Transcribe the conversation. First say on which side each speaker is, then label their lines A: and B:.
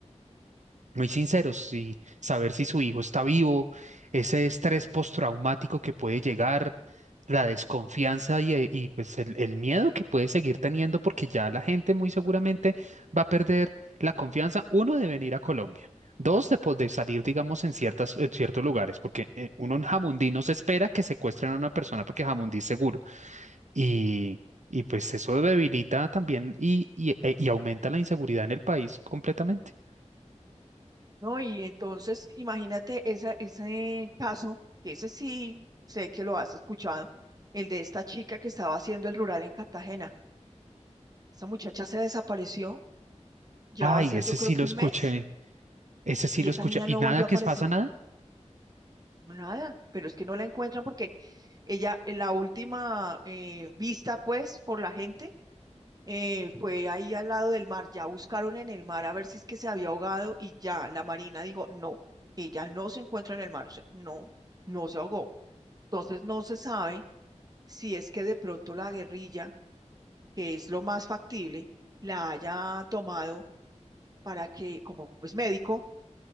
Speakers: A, on the right; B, on the right.
A: muy sinceros y saber si su hijo está vivo, ese estrés postraumático que puede llegar, la desconfianza y, eh, y, pues el, el miedo que puede seguir teniendo porque ya la gente muy seguramente va a perder la confianza, uno, de venir a Colombia. Dos, de, po- de salir, digamos, en ciertas, en ciertos lugares, porque eh, uno en Jamundí no se espera que secuestren a una persona porque Jamundí es seguro. Y, y pues eso debilita también y, y, e- y aumenta la inseguridad en el país completamente.
B: ¿No? Y entonces, imagínate esa, ese caso, que ese sí sé que lo has escuchado, el de esta chica que estaba haciendo el rural en Cartagena. Esa muchacha se desapareció, ya
A: Ay,
B: va a ser
A: ese
B: yo creo
A: sí
B: que
A: lo escuché,
B: un mes,
A: ese sí
B: y
A: lo
B: esa
A: escuché.
B: niña
A: ¿Y
B: no
A: nada
B: volvió a
A: que
B: aparecer.
A: pasa nada?
B: no, Nada, pero es que no la encuentran porque ella, en la última eh, vista, pues, por la gente, eh, fue ahí al lado del mar, ya buscaron en el mar a ver si es que se había ahogado y ya la marina dijo, no, ella no se encuentra en el mar, o sea, no, no se ahogó. Entonces no se sabe si es que de pronto la guerrilla, que es lo más factible, la haya tomado para que, como es médico,